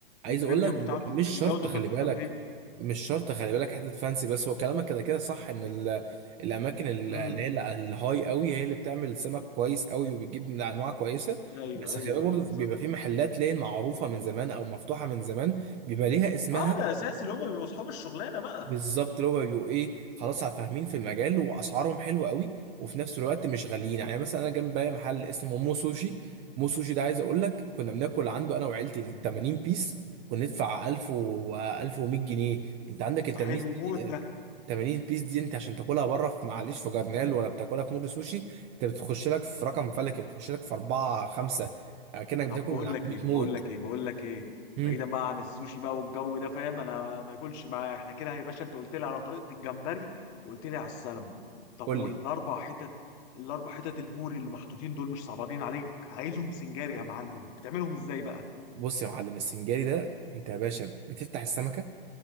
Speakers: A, on the right; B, on the left.
A: عايز
B: البريميوم
A: اقول لك
B: بتاعته
A: ب- مش
B: الجوده
A: شرط خلي
B: بتاعته
A: بالك
B: بتبقى
A: مش شرط خلي بالك حته فانسي بس هو كلامك كده كده صح ان ال- الاماكن ال-
B: بريميوم
A: اللي هي ال- الهاي قوي هي اللي بتعمل سمك كويس قوي وبتجيب من انواع كويسه
B: ايوه
A: بس
B: ايوه
A: خلي بالك برضه
B: ايوه بالظبط
A: بيبقى في محلات لين معروفه من زمان او مفتوحه من زمان بيبقى ليها اسمها
B: اه ده اساسي اللي هم بيبقوا اصحاب الشغلانه بقى
A: بالظبط اللي هو بيبقوا ايه خلاص فاهمين في المجال واسعارهم حلوه قوي وفي نفس الوقت مش غاليين يعني مثلا انا جنبي محل اسمه مو سوشي مو سوشي ده عايز اقول لك كنا بناكل عنده انا وعيلتي ال
B: مم.
A: 80 بيس كنا ندفع 1000 و 1100 جنيه انت عندك ال
B: طب
A: 80
B: حلو موت
A: بيس
B: ده
A: 80 بيس دي انت عشان تاكلها بره في معلش في جرنال ولا بتاكلها في نور سوشي انت بتخش لك في رقم
B: مم.
A: فلكي بتخش لك في 4 5 كأنك
B: طب
A: بتاكل
B: بقول
A: من عند
B: لك
A: 100
B: ايه بقول
A: موت
B: لك ايه بقول لك ايه
A: امم
B: بعيدا بقى عن السوشي بقى والجو ده فاهم انا ما ياكلش معايا احنا كده يا باشا انت قلت لي على طريقه الجمبري وقلت لي على السلمون طب
A: قول
B: والاربع
A: لي
B: حتت الاربع حتت البوري اللي محطوطين دول مش صعبانين عليك عايزهم سنجاري يا معلم بتعملهم ازاي بقى
A: بص يا معلم السنجاري ده انت يا باشا بتفتح السمكه